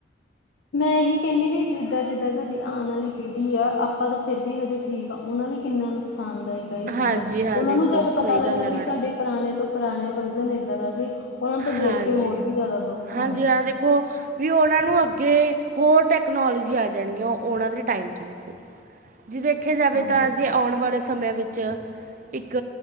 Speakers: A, on the left; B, on the right.
A: ਮੈਂ ਇਹੀ ਕਹਿੰਦੀ ਵੀ ਜਿੱਦਾਂ ਜਿੱਦਾਂ ਸਾਡੀ ਆਉਣ ਵਾਲੀ ਪੀੜ੍ਹੀ ਆ। ਆਪਾਂ ਤਾਂ ਫੇਰ ਵੀ ਹਜੇ ਠੀਕ ਆ। ਉਹਨਾ ਲਈ ਕਿੰਨਾ ਨੁਕਸਾਨ ਦਾਇਕ ਇਹ ਚੀਜ਼ਾਂ
B: ਹਾਂਜੀ ਹਾਂ
A: ਉਹਨਾਂ
B: ਦੇਖੋ
A: ਨੂੰ ਜਦ ਪਤਾ
B: ਸਹੀ
A: ਲੱਗਣਾ
B: ਗੱਲ ਹੈ
A: ਵੀ
B: ਮੈਡਮ
A: ਸਾਡੇ ਪੁਰਾਣੇ ਤੋਂ ਪੁਰਾਣਾ ਵਰਜਨ ਏਦਾਂ ਦਾ ਸੀ। ਉਹਨਾ ਤਾਂ
B: ਹਾਂਜੀ
A: ਦੇਖ ਕੇ ਹੋਰ ਵੀ ਜ਼ਿਆਦਾ ਦੁੱਖ
B: ਹਾਂਜੀ
A: ਹੋਣਾ।
B: ਹਾਂ ਦੇਖੋ ਵੀ ਉਹਨਾਂ ਨੂੰ ਅੱਗੇ ਹੋਰ ਟੈਕਨੋਲਜੀ ਆ ਜਾਣੀ ਆ ਉਹ ਉਹਨਾਂ ਦੇ ਟਾਈਮ 'ਚ ਦੇਖੋ। ਜੇ ਦੇਖਿਆ ਜਾਵੇ
A: ਹਾਂਜੀ,
B: ਤਾਂ ਅਜੇ ਆਉਣ ਵਾਲੇ ਸਮਿਆਂ ਵਿੱਚ। ' ਇੱਕ